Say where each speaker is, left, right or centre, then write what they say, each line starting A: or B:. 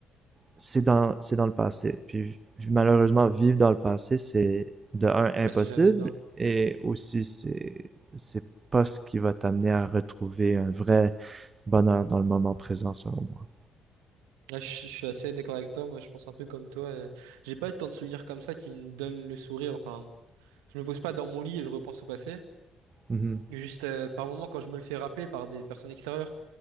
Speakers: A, on the right; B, on the right.
A: c'est dans, c'est dans le passé. Puis malheureusement, vivre dans le passé, c'est de un impossible
B: Ouais, si jamais bien.
A: et aussi c'est, c'est pas ce qui va t'amener à retrouver un vrai bonheur dans le moment présent, selon moi.
B: Ouais, je, je suis assez d'accord avec toi. Moi, je pense un peu comme toi. euh, J'ai pas tant de souvenirs comme ça qui me donnent le sourire. Enfin, je me pose pas dans mon lit et je repense au passé.
A: Mhm,
B: Juste euh, par moment, quand je me le fais rappeler par des personnes extérieures,